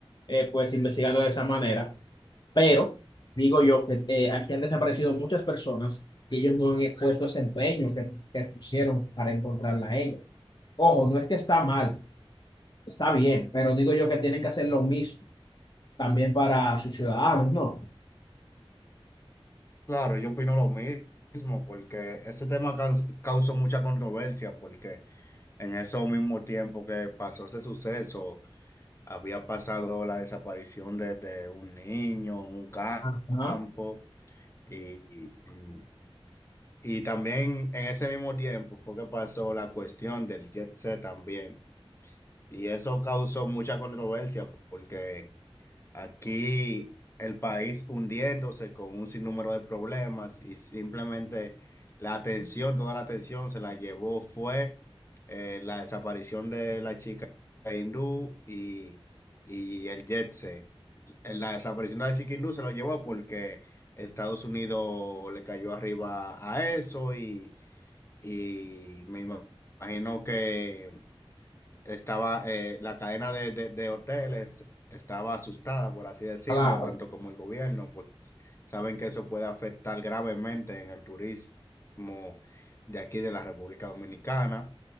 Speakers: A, on the left; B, on the left.
A: eh, pues investigando de esa manera, pero digo yo que eh, aquí han desaparecido muchas personas y ellos no han puesto ese empeño que, que pusieron para encontrarla a ella. Ojo, no es que está mal, está bien, pero digo yo que tienen que hacer lo mismo también para sus ciudadanos, ¿no?
B: Claro, yo opino lo mismo, porque ese tema caus- causó mucha controversia, porque en ese mismo tiempo que pasó ese suceso, había pasado la desaparición de, de un niño en un
A: Ajá,
B: campo, y, y, mm, y también en ese mismo tiempo fue que pasó la cuestión del Jet Set también. Y eso causó mucha controversia porque aquí el país hundiéndose con un sinnúmero de problemas y simplemente la atención, toda la atención se la llevó fue eh, la desaparición de la chica hindú y, y el jet set. Eh, La desaparición de la chica hindú se lo llevó porque Estados Unidos le cayó arriba a eso y, y me imagino que estaba eh, la cadena de, de- de hoteles estaba asustada, por así decirlo,
A: claro.
B: tanto como el gobierno, pues saben que eso puede afectar gravemente en el turismo de aquí de la República Dominicana.